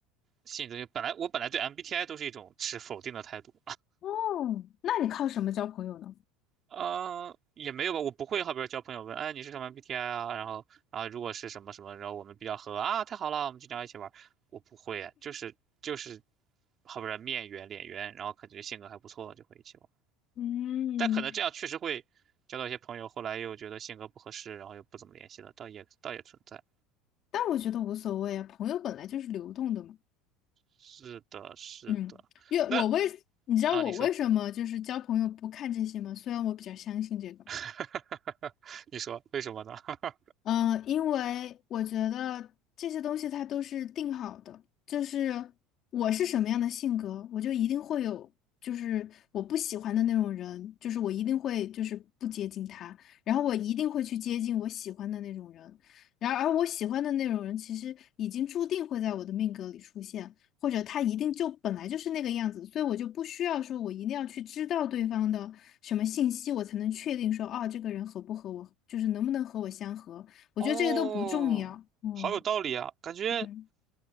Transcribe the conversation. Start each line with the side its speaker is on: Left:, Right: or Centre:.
Right: 信这些，本来我本来对 MBTI 都是一种持否定的态度，
Left: 哦，那你靠什么交朋友呢？
Right: 呃，也没有吧，我不会，好比说交朋友问，哎，你是什么 BTI 啊？然后啊，如果是什么什么，然后我们比较合啊，太好了，我们经常一起玩儿。我不会，就是就是，好比说面圆脸圆，然后感觉性格还不错，就会一起玩儿。
Left: 嗯，
Right: 但可能这样确实会交到一些朋友，后来又觉得性格不合适，然后又不怎么联系了，倒也倒也存在。
Left: 但我觉得无所谓啊，朋友本来就是流动的嘛。
Right: 是的，是的。
Left: 嗯，因为我为你知道我为什么就是交朋友不看这些吗？
Right: 那啊，你说，
Left: 虽然我比较相信这个。
Right: <laughs> 你说为什么呢？<laughs>
Left: 嗯，呃因为我觉得这些东西它都是定好的，就是我是什么样的性格，我就一定会有，就是我不喜欢的那种人，就是我一定会就是不接近他，然后我一定会去接近我喜欢的那种人，然而而我喜欢的那种人其实已经注定会在我的命格里出现，或者他一定就本来就是那个样子，所以我就不需要说我一定要去知道对方的什么信息，我才能确定说，哦，这个人合不合我，就是能不能和我相合。我觉得这些都不重要。
Right: 哦，
Left: 嗯
Right: 好有道理啊，感觉。
Left: 嗯，